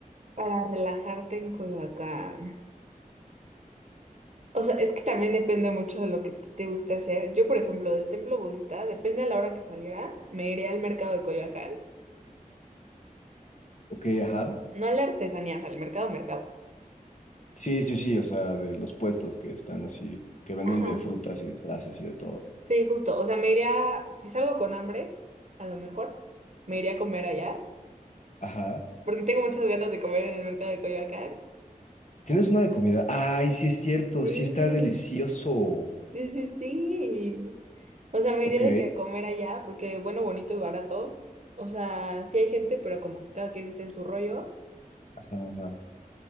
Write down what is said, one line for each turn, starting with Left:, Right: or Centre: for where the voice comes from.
Right: Para relajarte en Coyoacán. O sea, es que también depende mucho de lo que te te guste hacer. Yo, por ejemplo, del templo budista, depende a la hora que saliera, me iré al mercado de Coyoacán.
Left: Ok, ajá.
Right: No a las artesanías, al mercado, mercado.
Left: Sí, sí, sí, o sea, de los puestos que están así, que venden
Right: Ajá.
Left: de frutas y disfraces y de todo.
Right: Sí, justo. O sea, me iría, si salgo con hambre, a lo mejor, me iría a comer allá,
Left: Ajá.
Right: porque tengo muchas ganas de comer en el mercado de Coyoacán.
Left: ¿Tienes una de comida? Ay, sí es cierto,
Right: Sí.
Left: sí está delicioso.
Right: Sí, sí, sí. O sea, me
Left: Ok.
Right: iría de que a comer allá, porque bueno, bonito y barato. O sea, sí hay gente, pero como que cada quien está en su rollo.
Left: Ajá, ajá.